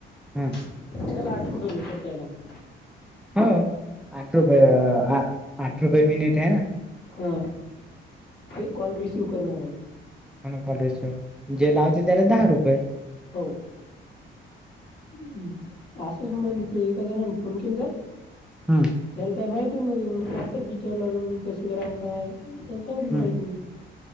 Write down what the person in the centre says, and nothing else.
हम्म
हो आठ रुपये आठ रुपये मी नीट हाय
हो ना कॉल रिसिव्ह जे लावते त्याला दहा रुपये
हम्म
हम्म.